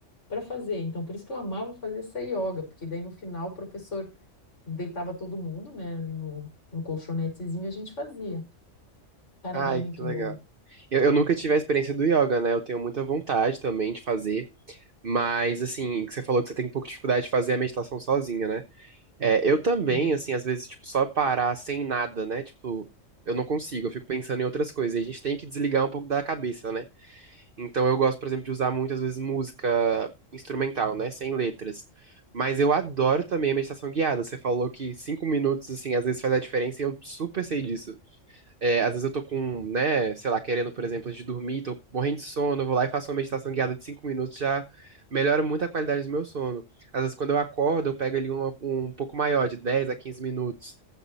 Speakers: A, on the left (about 70°); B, on the right (about 50°).
A: para fazer. Então, por isso que eu amava fazer essa yoga, porque daí no final o professor deitava todo mundo, né, ali no, no colchonetezinho e a gente fazia. Cara,
B: Ai,
A: era muito
B: que legal.
A: bom.
B: Eu, eu nunca tive a experiência do yoga, né? Eu tenho muita vontade também de fazer. Mas, assim, que você falou que você tem um pouco de dificuldade de fazer a meditação sozinha, né? É, eu também,
A: Hum.
B: assim, às vezes, tipo, só parar sem nada, né? Tipo, eu não consigo, eu fico pensando em outras coisas. E a gente tem que desligar um pouco da cabeça, né? Então, eu gosto, por exemplo, de usar muitas vezes música instrumental, né? Sem letras. Mas eu adoro também a meditação guiada. Você falou que cinco minutos, assim, às vezes faz a diferença e eu super sei disso. É, às vezes eu tô com, né, sei lá, querendo, por exemplo, antes de dormir, tô morrendo de sono, eu vou lá e faço uma meditação guiada de cinco minutos, já melhora muito a qualidade do meu sono. Às vezes quando eu acordo, eu pego ali uma- um, pouco maior, de 10 a 15 minutos.